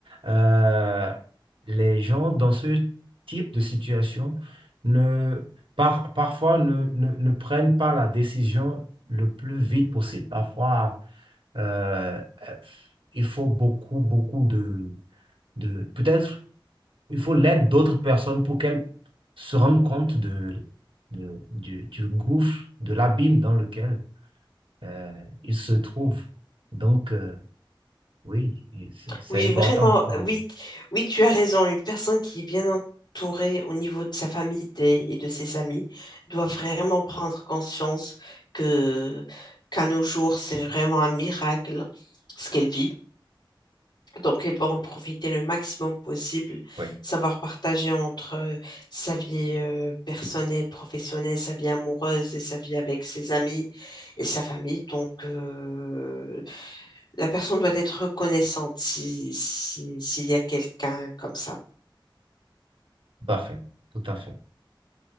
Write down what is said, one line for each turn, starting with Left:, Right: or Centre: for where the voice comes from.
Right: euh, les gens dans ce type de situation ne, par- parfois ne, ne, ne prennent pas la décision le plus vite possible. Parfois, euh, euh, il faut beaucoup, beaucoup de, de, peut-être, il faut l'aide d'autres personnes pour qu'elles se rendent compte de, de- du, du gouffre, de l'abîme dans lequel euh, ils se trouvent. Donc, euh, oui, et c'est c'est
Left: Oui,
Right: important
Left: vraiment,
Right: comme...
Left: euh, oui, oui, tu as raison. Une personne qui est bien entourée au niveau de sa famille des- et de ses amis doit vraiment prendre conscience que qu'à nos jours, c'est vraiment un miracle ce qu'elle vit. Donc, elle doit en profiter le maximum possible,
Right: Oui,
Left: savoir partager entre euh, sa vie euh, personnelle, professionnelle, sa vie amoureuse et sa vie avec ses amis et sa famille. Donc, euh, la personne doit être reconnaissante si, si- s'il y a quelqu'un comme ça.
Right: tout à fait, tout à fait.